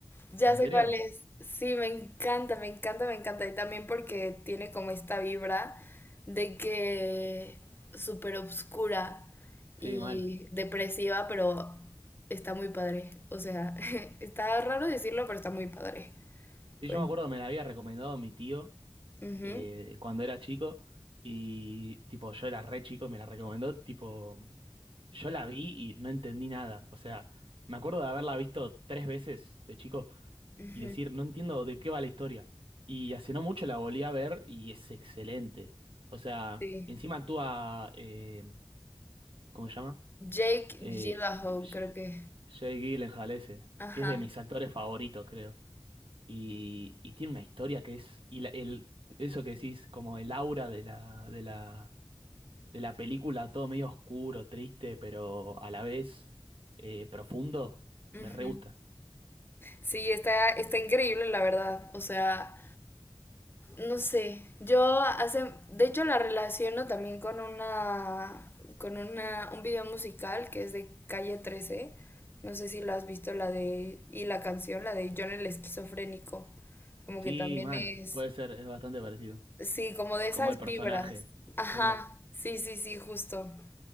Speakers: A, on the left (about 25°); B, on the right (about 75°).
A: ya
B: ¿En
A: sé
B: serio?
A: cuál es. Sí, me encanta, me encanta, me encanta. Y también porque tiene como esta vibra de que súper obscura y
B: Sí, mal.
A: depresiva, pero está muy padre. O sea, <laughs> está raro decirlo, pero está muy padre.
B: Sí,
A: Pues,
B: yo me acuerdo que me la había recomendado mi tío
A: ujú,
B: eh, cuando era chico y tipo yo era re chico y me la recomendó, tipo yo la vi y no entendí nada, o sea, me acuerdo de haberla visto tres veces de chico
A: ujú,
B: y decir, no entiendo de qué va la historia. Y hace no mucho la volví a ver y es excelente, o sea,
A: sí.
B: y encima actúa, eh, ¿cómo se llama?
A: Jake
B: Eh,
A: Gyllenhaal,
B: Sh-
A: creo que.
B: Jake Gyllenhaal ese,
A: Ajá.
B: que es de mis actores favoritos, creo y, y tiene una historia que es, y la- el, eso que decís, como el aura de la, de la, de la película, todo medio oscuro, triste, pero a la vez eh, profundo,
A: ujú.
B: me re gusta.
A: Sí, está, está increíble, la verdad. O sea. No sé, yo hace, de hecho la relaciono también con una, con una, un video musical que es de Calle 13. No sé si lo has visto, la de, y la canción, la de John el esquizofrénico. Como
B: Sí,
A: que también
B: mal,
A: es,
B: puede ser, es bastante parecido.
A: sí, como de esas
B: Como el personaje.
A: vibras. Ajá,
B: eh.
A: sí, sí, sí, justo.